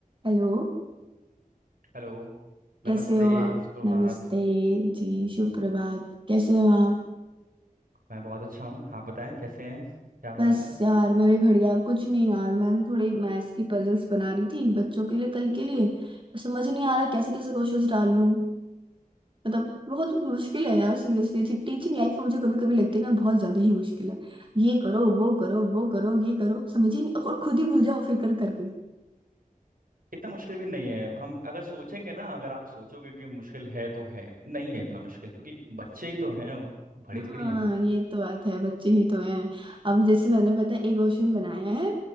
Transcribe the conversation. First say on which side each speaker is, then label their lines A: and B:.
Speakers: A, on the right; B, on the right.
A: Hello
B: Hello नमस्ते
A: कैसे हो आप
B: सुप्रभात
A: नमस्ते जी शुभ प्रभात कैसे हो आप
B: मैं बहुत अच्छा हूँ आप बताएं कैसे हैं क्या हो
A: बस
B: रहा है
A: यार मैं भी बढ़िया कुछ नहीं यार मैं ना थोड़ी मैथ्स की पजल्स बना रही थी बच्चों के लिए कल के लिए तो समझ नहीं आ रहा कैसे कैसे क्वेश्चंस डालूं मतलब बहुत मुश्किल है यार सीरियसली टीचिंग लाइफ में मुझे कभी कभी लगती है ना बहुत ज्यादा ही मुश्किल है ये करो वो करो वो करो ये करो समझ ही नहीं और खुद ही भूल जाओ फिर कर करके
B: इतना मुश्किल भी नहीं है हम अगर सोचेंगे ना अगर आप सोचोगे कि मुश्किल है तो है नहीं है इतना मुश्किल क्योंकि बच्चे ही तो हैं वो वो बड़े
A: हाँ
B: थोड़ी हैं
A: ये तो बात है बच्चे ही तो हैं अब जैसे मैंने पता है एक क्वेश्चन बनाया है